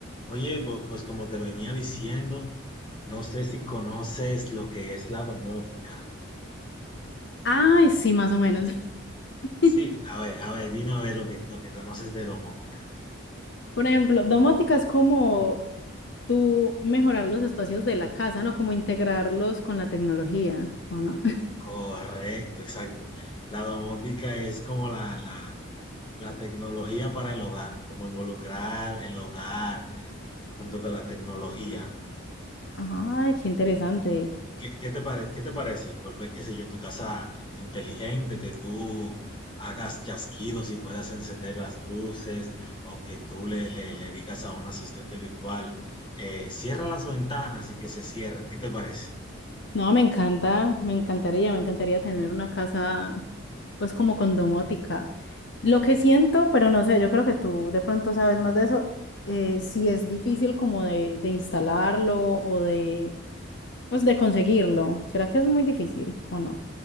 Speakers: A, on the left; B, on the left.
A: Oye, pu- pues como te venía diciendo, no sé si conoces lo que es la domótica.
B: Ay, sí, más o menos. <laughs>
A: Sí, a ver, a ver, dime a ver lo que, lo que conoces de domótica.
B: Por ejemplo, domótica es como tú mejorar los espacios de la casa, ¿no? Como integrarlos con la tecnología, ¿o no? <laughs>
A: Correcto, exacto. La domótica es como la, la, la tecnología para el hogar, como involucrar el hogar junto con la tecnología.
B: Ay, qué interesante.
A: ¿Qué, qué te pare- qué te parece? Volver, qué sé yo, tu casa inteligente, que tú hagas chasquidos y puedas encender las luces, o que tú le, le- le digas a un asistente virtual, eh, cierra las ventanas y que se cierren. ¿Qué te parece?
B: No, me encanta, me encantaría, me encantaría tener una casa, pues como con domótica. Lo que siento, pero no sé, yo creo que tú de pronto sabes más de eso, eh, si es difícil como de, de instalarlo o de, pues de conseguirlo. ¿Será que es muy difícil o no?